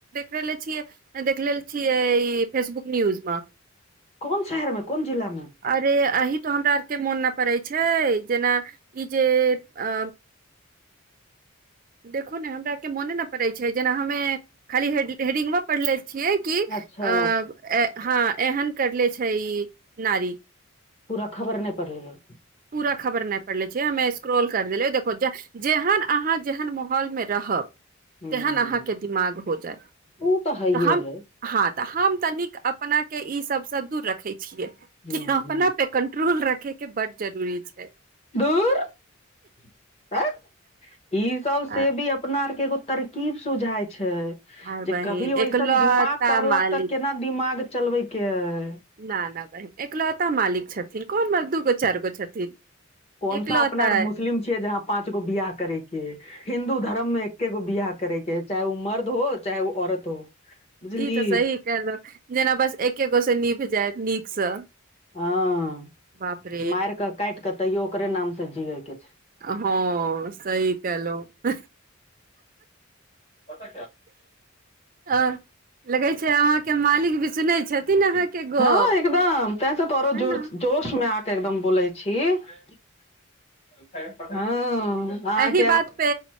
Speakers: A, on the right; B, on the left.
A: रहले छियै देखल छियै ई फेसबुक न्यूज मे
B: कोन शहरमे कोन जिलामे
A: अरे अही तो हमरा आरके मोन नहि पड़ैत छै जेना ई जे अ देखो ने हमरा के मोने नऽ पड़े छै जेना हमे खाली हेडिंगा पड़ले छियै कि अ
B: अच्छा
A: हँ एहन करले छै ई नारी
B: पूरा खबर नहि पड़लियै
A: पूरा खबर नहि पड़ले छैये हमें स्क्रोल कर देलै देख जेहन अहाँ जेहन माहौलमे रहब
B: ह
A: तेहन अहाँके दिमाग हो जायत
B: ओ हइये
A: तऽ हम
B: है
A: हँ तऽ हम तनिक अपनाके ई सभसँ दूर रखै छियै
B: ह
A: कि अपना
B: ह
A: पे कंट्रोल रखे के बड जरूरी छै
B: घूर <unintelligible> ई सब से
A: आ
B: भी अपना आर के एगो तरकीब सुझाय छै
A: आर
B: जे
A: बहिन
B: कभी ओइसन
A: एकलौता
B: दिमाग करलक
A: मालिक
B: तऽ केना दिमाग चलबैके है
A: ना ना बहिन एकलौता मालिक छथिन कोन मऽ दू गो चारि गो छथिन
B: कोन
A: एकलौता
B: सा अपना और
A: है।
B: मुस्लिम छियै जहाँ पाँच गो बियाह करे छियै हिन्दू धर्म मे एकेगो बिआाह करैकेै चाहे ओ मर्द हो चाहे ओ औरत हो बुझली
A: ई तऽ सही कहलहु जेना बस एके गो से निभ जाय नीकसँ
B: हँ
A: बाप रे
B: मार केऽ काट कऽ तैयो ओकरे नाम से जियए के छै
A: हँ सही कलहु
B: पता
A: अ लगै छै अहाँके मालिक भी सुनै छथिन
B: <unintelligible>
A: अहाँके गप
B: हँ एकदम तेंस तोरो
A: है
B: जोर
A: न
B: जोश में के एकदम बोले छै <unintelligible>
A: एहि
B: के
A: बात पे